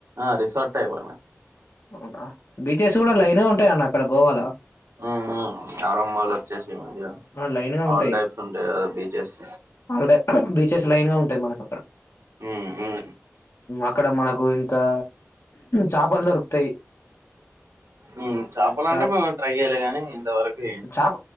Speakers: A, on the right; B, on the left.
A: ఆ రిసార్ట్ టైప్.
B: అవునా బీచెస్ గుడా లైన్ గా ఉంటాయి అన్న అక్కడ గోవాలో.
A: ఆ ఆ ఆరోమ్మాల్ ఒచ్చేషినై మంచిగా
B: ఆ, లైన్ గా ఉంటాయి
A: ఆల్ టైప్స్ ఉంటయి కదా బీచెస్.
B: ఆల్రె బీచెస్ లైన్ గా ఉంటాయి మనకు అక్కడ.
A: ఉమ్ ఉమ్
B: అక్కడ మనకు ఇంకా చాపలు దొరుకుతై,
A: ఉమ్ చేపలు
B: చా
A: అంటే మేము ట్రై చేయలే గాని ఇంతవరకు
B: చాప